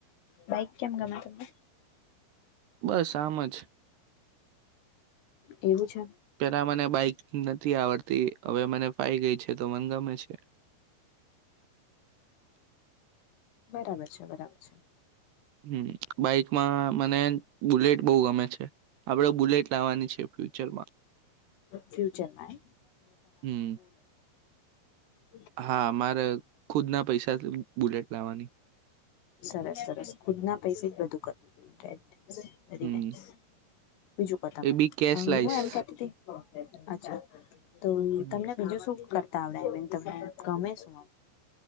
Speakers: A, on the left (about 85°); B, on the right (about 65°).
A: બાઈક કેમ ગમે તને?
B: બસ, આમ જ.
A: એવું છે.
B: પેલા મને બાઈક નથી આવડતી, હવે મને ફાઈ ગઈ છે, તો મને ગમે છે.
A: બરાબર છે, બરાબર છે.
B: હમ. બાઈકમાં મને બુલેટ બહુ ગમે છે, આપણેે બુલેટ લાવવાની છે, ફ્યુચરમાં
A: ફ્યુચરમાં
B: હમ.
A: હ.
B: હા, મારે ખુદના પૈસાથી બુલેટ લાવવાની.
A: સરસ, સરસ, ખુદ ના પૈસે જ બધું કરવું જોઈએ.
B: હમ
A: <unintelligible> બીજું પતામે
B: એ બી કેશ લાઈશ
A: હું એમ કેતી તી અચ્છા તમ
B: હમ.
A: તમને બીજું શું લાગ તાવવેવી તમ ગમે શું